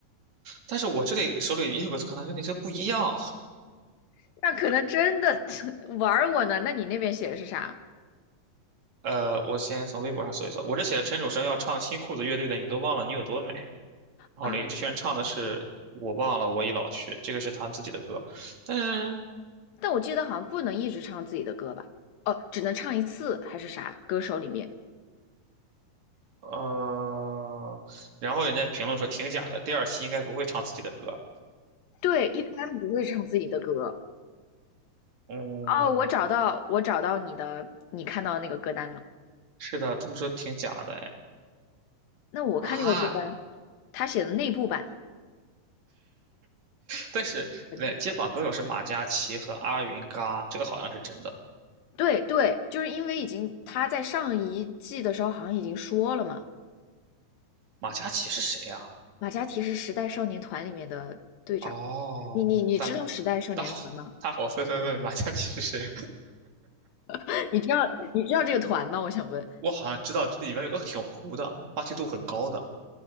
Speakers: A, on the right (about 55°); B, on the left (about 85°).
A: 但是我这里手里也有个歌单，跟你这个不一样。
B: <laughs> 那可能真的 <laughs> 玩儿我呢。那你那边写的是啥
A: 呃，我先从微博上搜一搜，我这写的陈楚生要唱新裤子乐队的《你都忘了你有多美》，然后林志炫唱的是《我忘了我已老去》，
B: 啊？
A: 这个是他自己的歌，但是
B: 但我记得好像不能一直唱自己的歌吧？哦，只能唱一次还是啥？歌手里面，
A: 呃，然后人家评论说挺假的，第二期应该不会唱自己的歌，
B: 对，一般不会唱自己的歌。
A: 嗯，
B: 哦，我找到，我找到你的，你看到的那个歌单了。
A: 是的，他们说挺假的，哎
B: 那我看那个歌单，
A: 啊，
B: 他写的内部版，
A: 但是那接榜歌手是马嘉祺和阿云嘎，
B: 真的。
A: 这个好像是真的，
B: 对对，就是因为已经他在上一季的时候好像已经说了嘛，
A: 马嘉祺是谁呀、
B: 马嘉祺是时代少年团里面的队长。
A: 哦，
B: 你你你知道时代少年团吗？
A: 大家大伙大伙纷纷问马嘉祺是谁。
B: <laughs> 你知道你知道这个团吗？我想问
A: 我好像知道这里面有个挺糊的，话题度很高的。